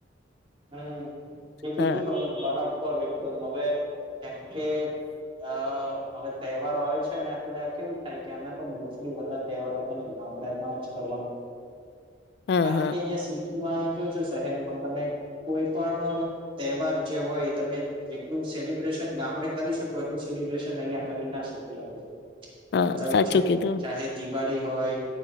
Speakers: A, on the right; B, on the left.
A: હમ એ કીધું
B: હા,
A: તને બરાબર એકદમ હવે કે આ હવે તહેવારો હોય છે ને એટલે કેવું થાય કે અમે તો મોસ્ટલી બધા તહેવારો છે ને ગામડામાં જ કર
B: હા,
A: કારણ
B: હા,
A: કે અ સિટીમાં કે છ શહેરમાં તમે કોઈ પણ તહેવાર જે હોય તમે જેટલું સેલિબ્રેશન ગામડે કરી શકો એટલું સેલબ્રન અહં કરી ના શકી
B: હા.
A: બરાબર
B: સાચું
A: છે
B: કીધું.
A: ચાહે દિવાળી હોય